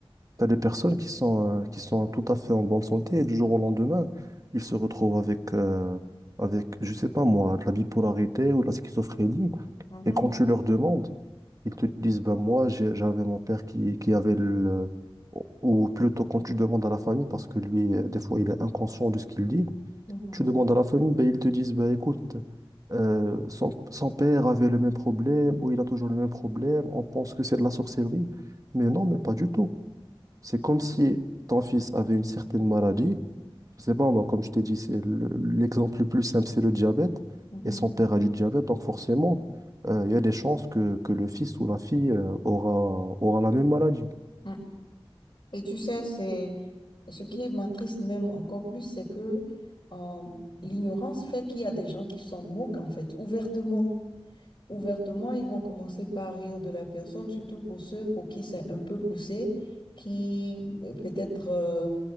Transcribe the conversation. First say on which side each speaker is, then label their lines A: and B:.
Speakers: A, on the right (about 35°); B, on the left (about 50°).
A: Tu as des personnes qui sont, euh, qui sont tout à fait en bonne santé et du jour au lendemain, ils se retrouvent avec, euh, avec je sais pas moi, de la bipolarité ou de la schizophrénie.
B: Mhm,
A: Et quand tu leur demandes, Ils te disent, ben moi, j'ai- j'avais mon père qui, qui avait le... Ou ou plutôt quand tu demandes à la famille, parce que lui, euh, des fois, il est inconscient de ce qu'il dit,
B: mhm,
A: tu demandes à la famille, ben ils te disent, ben écoute, euh, son, son père avait le même problème, ou il a toujours le même problème, on pense que c'est de la sorcellerie. Mais non, mais pas du tout. C'est comme si ton fils avait une certaine maladie, je sais pas, moi, comme je t'ai dit, c'est le- l'exemple le plus simple, c'est le diabète.
B: mhm,
A: Et son père a du diabète, donc forcément, euh, il y a des chances que, que le fils ou la fille euh, aura, aura la même maladie.
B: mm. Et tu sais, c'est ce qui m'attriste même encore plus, c'est que euh, l'ignorance fait qu'il y a des gens qui s'en moquent, en fait, ouvertement. ouvertement, ils vont commencer par rire de la personne, surtout pour ceux pour qui c'est un peu poussé, qui euh, peut-être euh,